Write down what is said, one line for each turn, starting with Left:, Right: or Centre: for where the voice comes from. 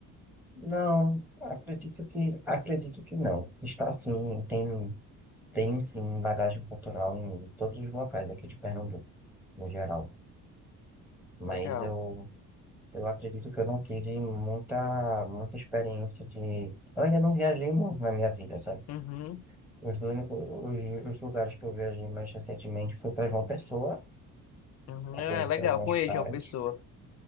Centre: não, acredito que, acredito que não, está sim, tem, tem sim bagagem cultural em todos os locais aqui de Pernambuco, no geral, mas
Left: Legal.
Centre: eu, eu acredito que eu não tive muita, muita experiência de, eu ainda não viajei muito na minha vida, sabe?
Left: Uhum,
Centre: Os únicos, os, os lugares que eu viajei mais recentemente foi para João Pessoa,
Left: uhum.
Centre: para
Left: É
Centre: conhecer
Left: legal,
Centre: algumas
Left: conheço
Centre: praias,
Left: uma pessoa.